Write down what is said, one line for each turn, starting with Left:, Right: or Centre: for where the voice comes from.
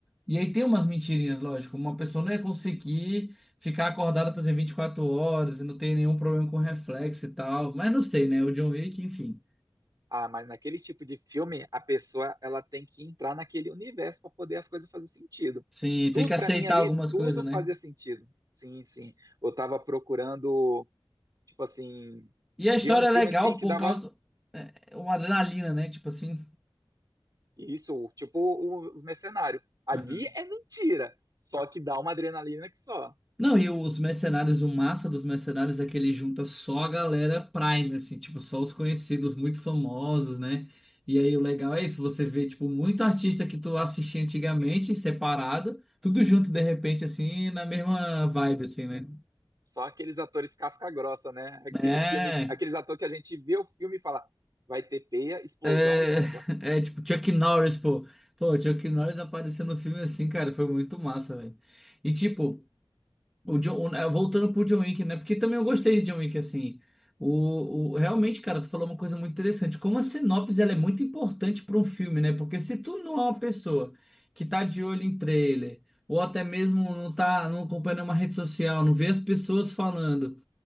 Centre: E aí tem umas mentirinhas, lógico. Uma pessoa não ia conseguir ficar acordada, por exemplo, 24 horas e não tem nenhum problema com reflexo e tal. Mas não sei, né? O John Wick, enfim.
Right: Ah, mas naquele tipo de filme, a pessoa ela tem que entrar naquele universo para poder as coisas fazer sentido.
Centre: Sim,
Right: Tudo
Centre: tem que aceitar
Right: para mim ali,
Centre: algumas
Right: tudo
Centre: coisas,
Right: fazia
Centre: né?
Right: sentido. Sim, sim. Eu estava procurando Tipo assim,
Centre: E a
Right: ver
Centre: história
Right: um filme
Centre: é legal
Right: assim que
Centre: por
Right: dava
Centre: causa. É é uma adrenalina, né? Tipo assim.
Right: isso, tipo o- os mercenários. Ali
Centre: Uhum.
Right: é mentira, só que dá uma adrenalina que só.
Centre: Não, e os mercenários, o massa dos mercenários é que ele junta só a galera Prime, assim, tipo, só os conhecidos, muito famosos, né? E aí o legal é isso, você vê, tipo, muito artista que tu assistia antigamente, separado, tudo junto de repente, assim, na mesma vibe, assim, né?
Right: Só aqueles atores casca-grossa, né? Aqueles
Centre: É,
Right: filme, aqueles atores que a gente vê o filme e fala, vai ter peia, explosão
Centre: é,
Right: e bomba.
Centre: é tipo Chuck Norris, pô. Pô, Chuck Norris apareceu no filme assim, cara, foi muito massa, velho. E tipo. O John, é, voltando pro John Wick, né? Porque também eu gostei de John Wick, assim. O, o, realmente, cara, tu falou uma coisa muito interessante. Como a sinopse, ela é muito importante para um filme, né? Porque se tu não é uma pessoa que tá de olho em trailer, ou até mesmo não tá, não acompanha uma rede social, não vê as pessoas falando,